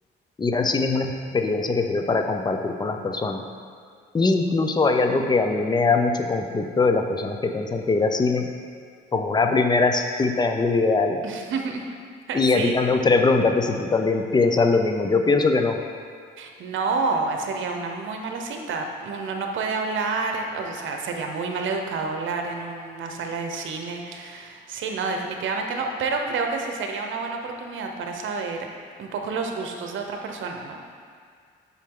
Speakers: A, on the left (about 20°); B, on the right (about 75°).
A: ir al cine es una experiencia que sirve para compartir con las personas. Y incluso hay algo que a mí me da mucho conflicto de las personas que piensan que ir al cine como una primera cita es lo ideal
B: <laughs> Ay,
A: Y
B: sí.
A: a ti a mí me gustaría preguntarte si tú también piensas lo mismo. Yo pienso que no.
B: No, sería una muy mala cita. Uno no puede hablar, o sea, sería muy mal educado hablar en una sala de cine. Sí, no, definitivamente no, pero creo que sí sería una buena oportunidad para saber un poco los gustos de otra persona, ¿no?